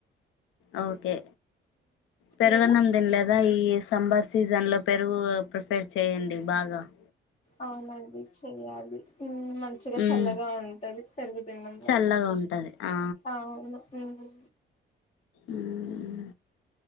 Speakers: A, on the left; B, on the left.
A: ఆఓకే, పెరుగన్నం
B: మీరు
A: దిన్లేదా ఈఎస్.? సంబర్ సీజన్ లో పెరుగు ప్రిఫేర్ చేయండి బాగా. !
B: అవునండి చెయ్యాలి, ఊమ్మ్ మంచిగా
A: ఉమ్
B: చల్లగా ఉంటది పెరుగు తినడం
A: చల్లగా
B: వల్ల.
A: ఉంటది ఆ
B: ఆవును ఊమ్మ్.
A: ఊహ్మ్.